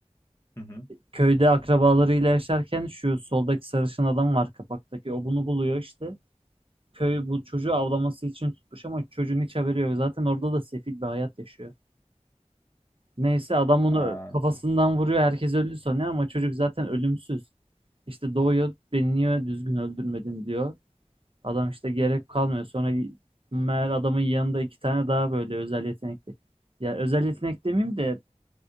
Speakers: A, on the left; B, on the right.
A: Hı hı.
B: Köyde akrabalarıyla yaşarken şu soldaki sarışın adam var kapaktaki. O bunu buluyor işte. köy bu çocuğu avlaması için tutmuş ama çocuğun hiç haberi yok. Zaten orada da sefil bir hayat yaşıyor. Neyse adam bunu
A: Ha,
B: kafasından vuruyor. Herkes öldü sanıyor ama çocuk zaten ölümsüz. İşte doğuyor, beni niye düzgün öldürmedin diyor. Adam işte gerek kalmıyor. Sonra meğer adamın yanında iki tane daha böyle özel yetenekli. Ya özel yetenek demeyeyim de